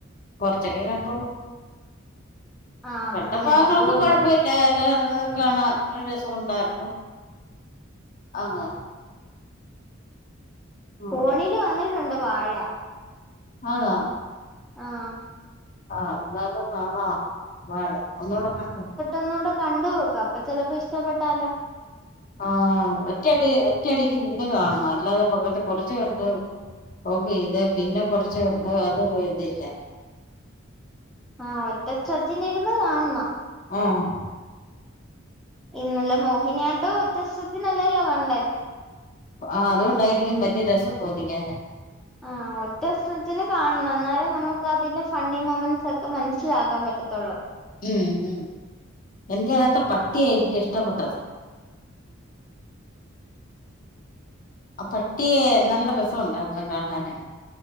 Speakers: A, on the left; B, in the centre.
A: കൊറച്ചൊക്കെ കണ്ടുള്ളു
B: ആഹ് അങ്ങനെ
A: കണ്ട ഭാഗങ്ങളൊക്കെ
B: അതുകൊണ്ട്
A: കൊഴപ്പ തിയേറ്ററില് കാണാൻ നല്ല രസമുണ്ടായിരുന്നു ആഹ് അങ്ങനെ
B: ഫോണില് വന്നിട്ടുണ്ട് വാഴ
A: ആണോ
B: ആഹ്
A: ആഹ് എന്നാ ഇപ്പൊ കാണാ വാഴ ഒന്നുകുടെ കണ്ട് നോക്ക
B: ഒന്നൂടെ കണ്ടു നോക്ക് അപ്പൊ ചിലപ്പോ ഇഷ്ടപ്പെട്ടാലോ
A: ആഹ് ഒറ്റയടി ഒറ്റ അടിക്ക് മുഴുവൻ കാണണം അല്ലാതെ പകുതി കുറച്ച് കണ്ട് ഓഫ് ചെയ്തു ഇത് പിന്നെ കൊറച്ച് കണ്ട് അതൊരു ഇതില്ല
B: ആഹ് ഒറ്റ സ്ട്രജ്ന് ഇരുന്ന് കാണണം
A: ആഹ്
B: ഇന്നലെ മോഹിനിയാട്ടം ഒറ്റ സിപ്പിന് അല്ലല്ലോ കണ്ടേ
A: ആഹ് അതുകൊണ്ടായിരിക്കും വലിയ രസം തോന്നിക്കാഞ്ഞേ
B: ആഹ് ഒറ്റ സ്ട്രെച്ച്ന് കാണണം എന്നാലേ നമുക്ക് അതിൻ്റെ ഫണി മൂമെന്റ്സൊക്കെ മനസ്സിലാക്കാൻ പറ്റത്തുള്ളൂ
A: ഉം ഉം എനിക്ക് അയിനകത്തെ പട്ടിയെ എനിക്ക് ഇഷ്ടപ്പെട്ടത് ആഹ് പട്ടിയെ നല്ല രസമുണ്ടായിരുന്നു കാണാന്